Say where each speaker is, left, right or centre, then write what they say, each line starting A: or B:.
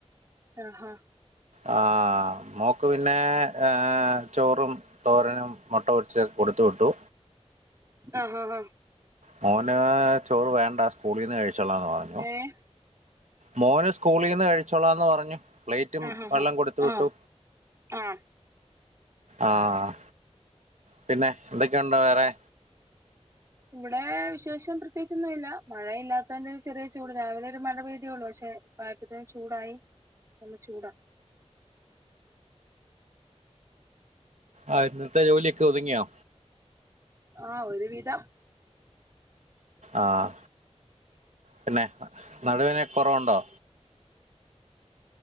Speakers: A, on the right (about 25°); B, on the right (about 80°).
A: ആഹാ
B: ആഹ് മോക്ക് പിന്നെ ഏഹ് ചോറും തോരനും മുട്ട പൊരിച്ച് കൊടുത്തു വിട്ടു.
A: ആഹ് ഹാ ഹ്
B: മോന് ചോറ് വേണ്ട സ്കൂളിൽന്ന് കഴിച്ചോളാ എന്ന് പ
A: ഏഹ്
B: മോന് സ്കൂളിൽന്ന് കഴിച്ചോളാംന്ന് പറഞ്ഞു പ്ലേറ്റും
A: ആഹ് ആഹ്
B: വെള്ളം കൊടുത്ത് വിട്ടു.
A: ആഹ് ആഹ്
B: ആഹ് പിന്നെ എന്തൊക്കെയുണ്ട് വേറെ?
A: ഇവിടെ വിശേഷം പ്രത്യേകിച്ചൊന്നു ഇല്ല. മഴ ഇല്ലാത്തതിന്റെ ഒരു ചെറിയ ചൂട് രാവിലെ ഒരു മഴ പെയ്തിയുള്ളു പക്ഷെ താഴ്ത്ത്ത്തേ ചൂടായി നല്ല ചൂടാ.
B: ആഹ് ഇന്നത്തെ ജോലിയൊക്കെ ഒതുങ്ങിയോ?
A: ആഹ് ഒരു വിധം.
B: ആഹ് പിന്നെ നടുവേന കൊറവുണ്ടോ?